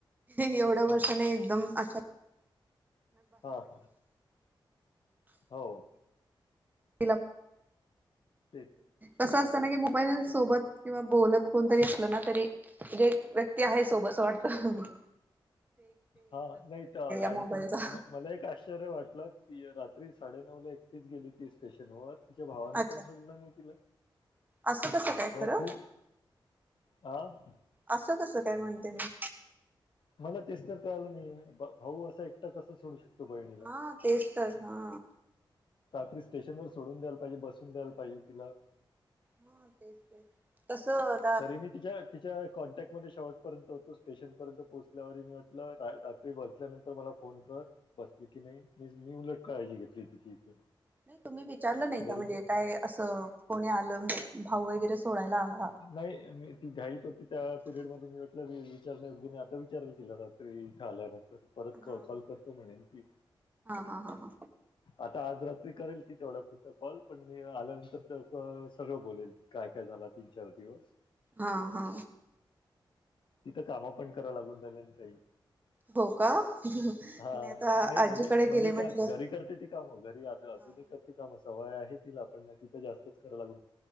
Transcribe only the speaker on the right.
एवढ्या
वर्ष नाही एकदम अचा
तिला
कसं असतना की मोबाईल सोबत किंवा बोलत कोणतरी असलं ना तरी म्हे एक व्यक्ती आहे सोबत अस वाटत.
मोबाईलचा
अच्छा
असं कसं काय
खरं
असं कसं काय म्हणते मी.
हा तेच तरच हा.
होा तेच तेच. कसं,?
नाही तुम्ही विचारलं नाही का
म्हणजे
काय असं कोणी आलं म्हणजे भाऊ वगैरे सोडायला आला
हा
हा हा हा
हा हा!
हो का नाही
आता
आजीकडे
गेले
म्हटलं
हा